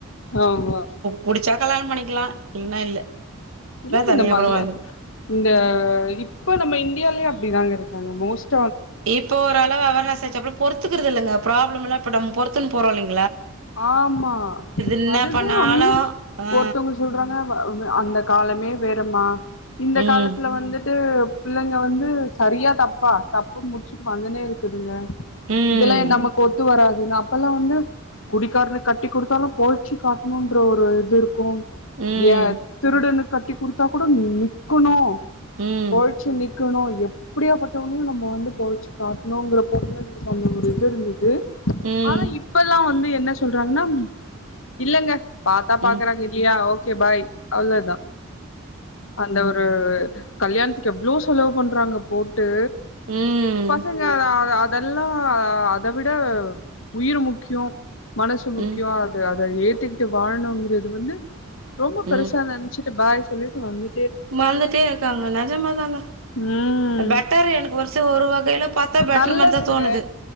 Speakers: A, on the left; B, on the right.
A: ஆமா
B: புடிச்சா கல்யாண பண்ணிகு இருக்கலாம் இல்னா இல்ல
A: இல்லக்கு
B: தனியா
A: இந்த மல்லு
B: கூட வாழ்ந்து
A: இந்த இப்போ நம்ம இந்தியாலேயே அப்டிதாங்க இருக்காங்க மோஸ்ட்
B: இப்போ ஓரளவு அவர்னஸ் ஆச்சப்ப பொறுத்துக்குறது இல்லங்க ப்ராப்ளம் எல்லா இப்ப நம் பொறுத்துன் போறோல்லைங்
A: ஆமா
B: என்ன
A: அதுதா
B: பண்ணாலும்
A: ம்
B: ஆ
A: ஒருத்தவுங்க சொல்றாங்க வ அ அந்த காலமே வேறம்மா இந்த
B: ம்
A: காலத்துல வந்துட்டு பிள்ளங்க வந்து சரியா தப்பா டப்புன் முடுச்சுட்டு வந்துனே இருக்குதுங்க
B: ம்
A: இதுலே நமக்கு ஒத்து வரா து அப்பெல்லா வந்து குடிக்காரனுக் கட்டி குடுத்தாலு போழ்ச்சு காட்னுன்ற ஒரு இது இருக்கு
B: ம்
A: ஏ திருடனுக் கட்டி குடுத்தா கூட நிக்கனு
B: ம்
A: போழ்ச்சு நிக்கனு எ ப்புடியா‌ பட்டவனையு நம்ம வந்து போழ்ச்சு காட்னுங்குற பொம்ளைங்களுக்கு அந்த ஒரு இது இருந்தது
B: ம் ம்
A: ஆனா இப்பல்லா வ ந்து என்ன சொல்றாங்னா இல்லங்க பாத்தா பாக்குறாங்க
B: ம் ம்
A: இல்லயா ஓ கே பாய் அவ்ளதா அந்த ஒரு கல்யாண்த்துக்கு எவ்ளோ செலவு பண்றாங்க போ ட்டு
B: ம்
A: பசங்க அதா அத அ தெல்லா அத விட உயிர் முக்கியொ மனசு முக்கியொ
B: ம்
A: அது அத ஏ த்துக்ட்டு வாழனுங்கிறது வந்து ரொம்ப பெருசா
B: ம்
A: நென்ச்சிட்டு பாய் சொல்லிட்டு வந்து
B: மறந்துட்டே இருக்காங்க நெஜமாதாங்க
A: ம்
B: பெட்டரு எனக்கு வருஷ ஒரு வகைல பாத்தா பெட்டர்
A: நல்லதுங்க
B: மாரிதா தோணுது